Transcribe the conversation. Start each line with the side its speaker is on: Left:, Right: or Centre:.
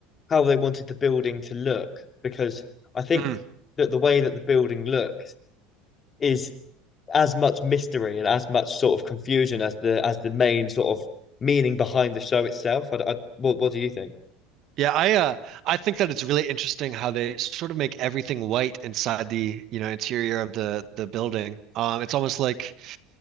Left: how they wanted the building to look because I think
Right: Mhm.
Left: that the way that the building looks is as much mystery and as much sort of confusion as the as the main sort of meaning behind the show itself. I, I, what what do you think?
Right: Yeah, I uh I think that it's really interesting how they sort of make everything white inside the, you know, interior of the the building. Um it's almost like